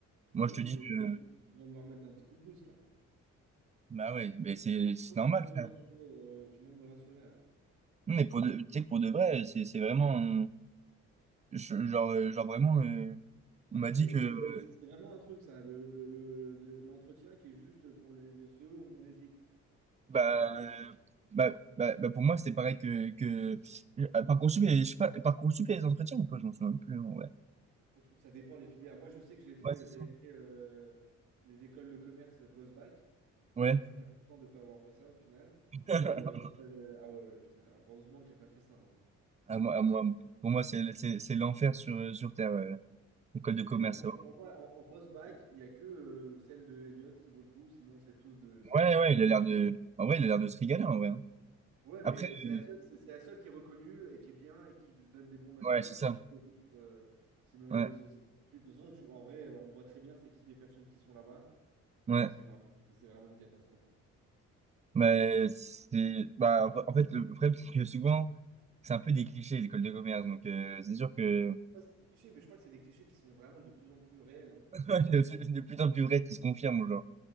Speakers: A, on the right (about 85°); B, on the right (about 25°).
A: j'avoue
B: moi, je te
A: que
B: dis
A: tu viens
B: que,
A: de, me- tu viens de me remettre un petit coup de boost, là.
B: bah ouais, ben, c'est, c'est
A: Disons
B: normal,
A: que Tu viens de
B: frère.
A: me rassurer, euh, tu viens de me rassurer
B: Non, mais pour de, tu sais que pour de vrai, c'est, c'est vraiment, euh, je- genre, euh, genre vraiment, euh, on m'a
A: C'est
B: dit que,
A: mais c'est c'est- c'est vraiment un truc, ça, le, le- le- le- l'entretien qui est juste pour les, les- ceux où on hésite.
B: Bah,
A: En gros,
B: bah, bah, bah, pour moi, c'était pareil que, que... euh, Parcoursup, et- je sais pas, Parcoursup, il y a les entretiens ou pas? Je m'en souviens plus. hein, Ouais,
A: Pour- ça dépend les filières. Moi, je sais que j'ai fait,
B: ouais, c'est
A: j'avais
B: ça.
A: fait euh, les écoles de commerce post-bac.
B: Ouais.
A: D'ailleurs, je suis bien content de ne pas avoir fait ça au final. Mais
B: <laughs>
A: ouais, j'avais- j'avais- ah ouais, ouais, putain, heureusement que j'ai pas fait ça. hein. Ça
B: À moi,
A: aurait été
B: à moi,
A: une-
B: pour moi, c'est c'est- c'est l'enfer sur, euh, sur Terre, ouais. L'école de
A: C'est
B: commerce.
A: l'enfer. Pour moi, en, en post-bac, il n'y a que euh, celle de Elliott qui vaut le coup. Sinon, c'est tous, de, c'est
B: Ouais,
A: tous
B: ouais,
A: une.
B: il a l'air de... En vrai, il a l'air de se régaler, en vrai. hein.
A: Ouais,
B: Après,
A: mais c'est
B: euh,
A: la seule, c'est c'est la seule qui est reconnue et qui est bien et qui te donne des bons masters.
B: ouais, c'est ça.
A: Si- euh, sinon,
B: Ouais,
A: le, ce- tu- de toute façon, tu- en vrai, euh, on voit très bien c'est qui les personnes qui sont là-bas.
B: ouais.
A: C'est vraiment, c'est c'est vraiment une catastrophe. hein.
B: Mais c'est... Bah, en fait, le problème, c'est que souvent, c'est un peu des clichés, l'école de commerce. Donc, euh, c'est sûr que...
A: Ouais, c'est des clichés, mais je crois que c'est des clichés qui sont vraiment de plus en plus réels. hein.
B: <laughs> Il y a de plus en plus vrai qui se confirme, genre.